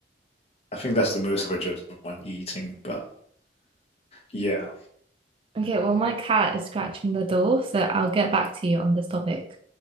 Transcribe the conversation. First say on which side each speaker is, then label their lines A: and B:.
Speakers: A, on the left; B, on the right.
A: I think that's the most of a judge on eating, but yeah.
B: Okay, well, my cat is scratching the door, so I'll get back to you on this topic.